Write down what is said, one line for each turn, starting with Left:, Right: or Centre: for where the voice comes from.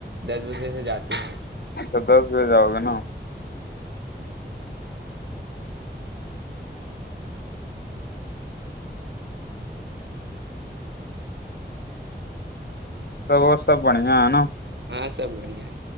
Right: دس بجے سے جاوگےنا ہیں
Left: اچھ دس بجے جاؤ گا نا تو وہ سب بڑیا ہے نا
Right: ہاں سب بڑھیا ہے